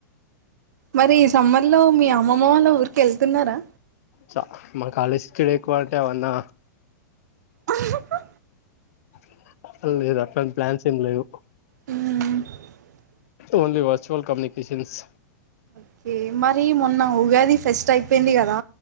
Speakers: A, on the right (about 70°); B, on the left (about 55°).
A: మరి సమ్మర్ లో మీ అమ్మమ్మ వాళ్ళ ఊరికి వెళ్తున్నారా
B: చ మా కాలేజ్కిడ ఎక్కువ అంటే ఏవన్నా
A: ఆహా హా
B: <unintelligible> ప్లాన్స్ ఏం లేవు
A: మ్
B: ఓన్లీ వర్చువల్ కమ్యూనికేషన్స్
A: ఓకే మరి మొన్న ఉగాది ఫెస్ట్ అయిపోయింది కదా